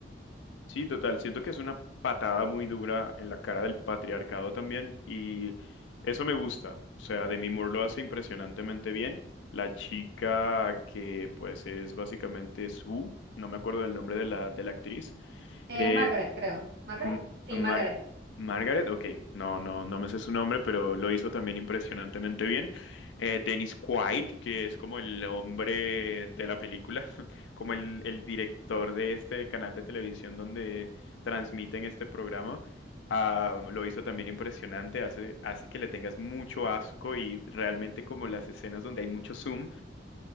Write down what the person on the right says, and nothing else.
Eh,
Margaret, creo. ¿Margaret?
Sí,
Margaret.